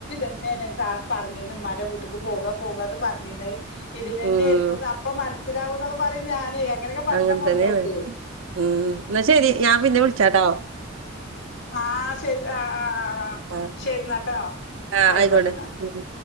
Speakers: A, on the left (about 65°); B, on the right (about 75°).
A: <unintelligible> മ്മാന്റെ വീട്ടിക്ക്, പോക, പോക ന്ന് പറഞ്ഞേനെ, ഇതിനന്നെയായിയിരുന്നു
B: ഉം
A: ന്ന്, അപ്പൊ, മനസ്സിലാവുന്നൊക്കെ, പറയു ഏയ്ഞ് ഞാനേ അങ്ങനെയൊക്കെ, പറഞ്ഞിട്ടാ,
B: അങ്ങനെ
A: കൊണ്ടോക്ക്
B: തന്നെയാണ് ഉം എന്നാ ശരി ഞാൻ പിന്നെ വിളിച്ചാട്ടോ
A: ആഹ, ശരി, ആ, ആ,
B: ആഹ്
A: ശരിെന്നട്ടോ,
B: ആ
A: ആയിക്കോട്ടെന്ന.
B: ആയിക്കോട്ടെ